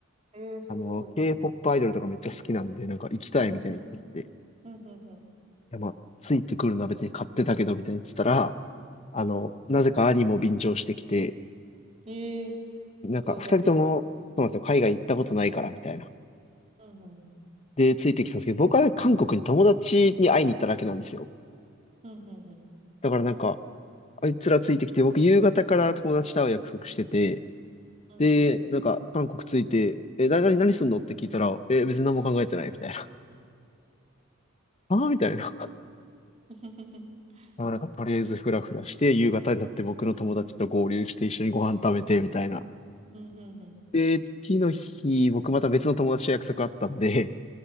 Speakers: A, on the right; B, on the left.
A: えー、すごい。
B: あの、K-POP アイドルとかめっちゃ好きなんで、なんか行きたいみたいに言ってきて、
A: うんうんうん。
B: い
A: うんうんうん。
B: や、まあ、ついてくるのは別に買ってたけど、みたいに言ってたら、あの、
A: うんうん。
B: なぜか兄も便乗してきて、
A: えー、
B: なんか、
A: 兄弟旅行。
B: 二人とも、そうなんですよ、海外行ったことないから、みたいな。
A: うんうんうん。
B: で、ついてきたんですけど、僕は韓国に友達に会いに行っただけなんですよ。
A: うんうんうん。
B: だからなんか、あいつらついてきて、僕夕方から友達と会う約束してて、
A: うんうん。
B: で、なんか、韓国着いて、え、誰々何すんのって聞いたら、え、別に何も考えてないみたいな。<laughs> ああ、みたいな。<laughs>
A: <laughs>
B: あなんか、とりあえずフラフラして、夕方になって僕の友達と合流して、
A: うんうん。
B: 一緒にご飯食べて、みたいな。
A: うんうんうん。
B: で、次の日、僕また別の友達と約束あったんで、